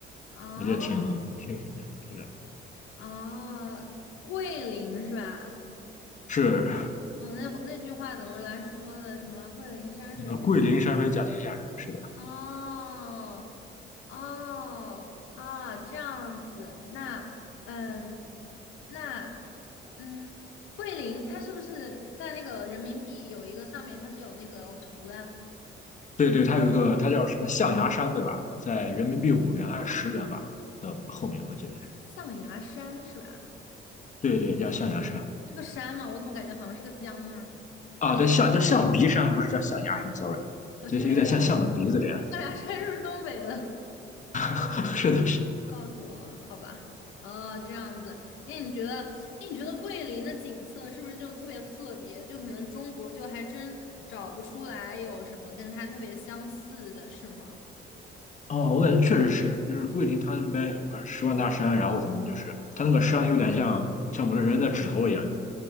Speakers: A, on the left; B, on the left.
A: 啊
B: 我觉得挺挺有意思的。
A: 啊，桂林是吧？
B: 是，
A: 哦，那那句话怎么来说的？什么桂林山水甲？
B: 那个桂林山水甲天下是是的，
A: 哦，哦，啊，这样子，那，嗯，那，嗯，桂林它是不是在那个人民币有一个上面它是有那个图的啊
B: 对对，它有一个，它叫什么象牙山，对吧？在人民币五元还是十元吧的后面，我记得是，
A: 象牙山是吧？
B: 对对，叫象牙山
A: 是个山吗？我怎么感觉好像是个江啊？
B: 啊，
A: 就两，
B: 对，象叫象鼻山，不是叫象牙山，sorry，
A: 好像象牙山，
B: 就是有点像象的鼻子这样。
A: 象牙山是不是东北的？
B: <laughs> 是的，是的
A: 告诉我了，好吧？哦，这样子。哎，你觉得，哎，你觉得桂林的景色是不是就特别特别？就可能中国就还真找不出来有什么跟它特别相似的，是吗？
B: 哦，我感觉确实是，就是桂林它那边有什么十万大山，然后什么的就是它那个山有点像像我们人的指头一样，就是